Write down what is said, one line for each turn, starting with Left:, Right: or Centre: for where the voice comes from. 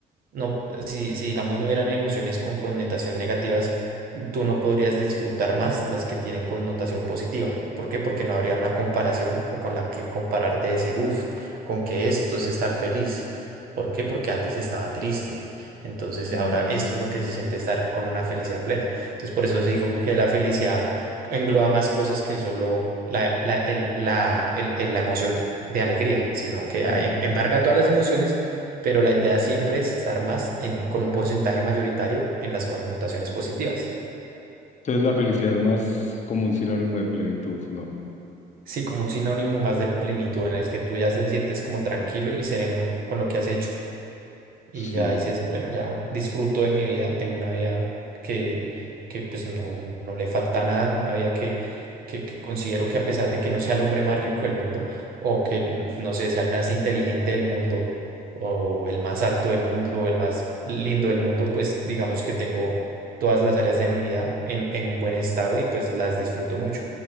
Right: no, si, si digamos no hubieran emociones con connotación negativas, tú no podrías disfrutar más las que tienen connotación positiva. ¿Por qué? Porque no habría una comparación o con la que comparar de decir, uff, con que esto es estar feliz. ¿Por qué? Porque antes estaba triste. Entonces
Left: Mm,
Right: ahora esto es lo que se siente estar con una felicidad plena. Entonces por eso digo que la felicidad engloba más cosas que solo la, la, el- la, el- el- la emoción de alegría, sino que em-
Left: eh,
Right: embarga todas las emociones pero la idea siempre es estar más en- con un porcentaje mayoritario en las connotaciones positivas.
Left: entonces la felicidad es más como un sinónimo de plenitud, ¿no?
Right: Sí, como un sinónimo más de plenitud en el que tú ya te sientes como tranquilo y sereno con lo que has hecho. Y
Left: sí,
Right: ya dices, bueno, ya disfruto de mi vida, tengo una vida que, que pues no, no le falta nada, una vida que, que, que considero que a pesar de que no sea el hombre más rico del mundo, o que n- no sé, sea el más inteligente del mundo, o el más alto del mundo, o el más lindo del mundo, pues digamos que tengo todas las áreas de mi vida en, en un buen estado y pues las disfruto mucho.